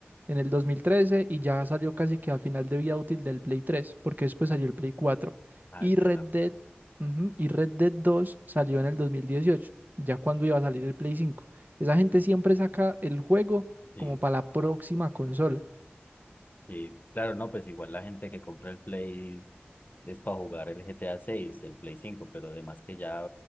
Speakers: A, on the right (about 50°); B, on the left (about 45°).
A: En el 2013 y ya salió casi que a final de vida útil del Play 3, porque después salió el Play cuatro
B: Ah,
A: Y
B: es verdad.
A: Red Dead, ujú, y Red Dead dos salió en el 2018, ya cuando iba a salir el Play 5. Esa gente siempre saca el juego
B: Sí,
A: como para la próxima consola.
B: sí. Claro, no, pues igual la gente que compra el Play es para jugar el GTA seis el Play cinco pero además que ya